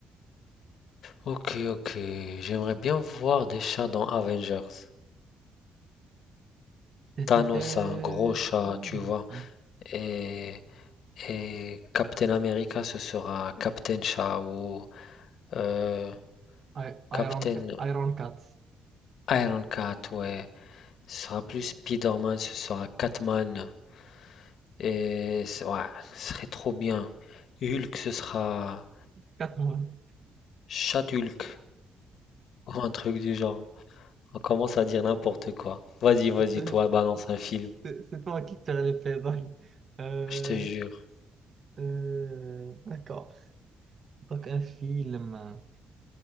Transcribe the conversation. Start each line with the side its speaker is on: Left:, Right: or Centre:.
Left: Ok, ok. J'aimerais bien voir des chats dans Avengers.
Right: Tétété.
Left: Thanos a un gros chat,
Right: Hmm.
Left: tu vois. Et Et Captain America, ce sera Captain Shaw ou euh,
Right: I- Iron,
Left: Captain
Right: Ca- Iron Cats.
Left: Ironcat, ouais. Ce sera plus Spider-Man, ce sera Catman. Et c- ouais, ce serait trop bien. Hulk, ce sera
Right: Catwoman.
Left: Chat-Hulk <laughs> ou un truc du genre. On commence à dire n'importe quoi. Vas-y, vas-y,
Right: <laughs>
Left: toi, balance un film.
Right: C'est c'est toi qui tire les pédales. Euh,
Left: Je te jure.
Right: euh, d'accord. Donc un film.